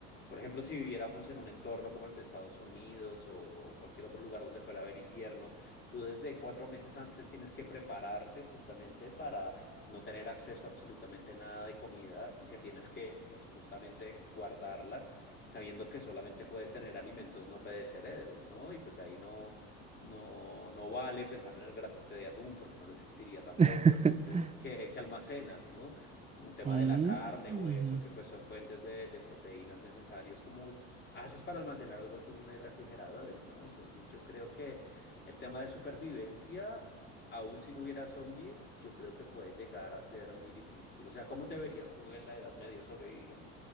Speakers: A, on the left (about 30°); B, on the right (about 20°).
A: Por ejemplo, si viviéramos en un entorno como el de Estados Unidos o cualquier otro lugar donde fuera a haber invierno, tú desde cuatro meses antes tienes que prepararte justamente para no tener acceso a absolutamente nada de comida y que tienes que, pues, justamente guardarla sabiendo que solamente puedes tener alimentos no perecederos, ¿no? Y pues ahí no, no, no vale pensar en el grate de atún porque no lo existiría tampoco.
B: <laughs>
A: Entonces, ¿qué, qué almacenas, no? Un tema
B: Mm,
A: de la carne
B: ujú.
A: o eso, que pues son fuentes de, de proteínas necesarias. como haces para almacenar algo así si no hay refrigeradores, no? Entonces, yo creo que el tema de supervivencia, aún si no hubiera zombies, yo creo que puede llegar a ser muy difícil. O sea, ¿cómo te verías tú en la Edad Media sobreviviendo?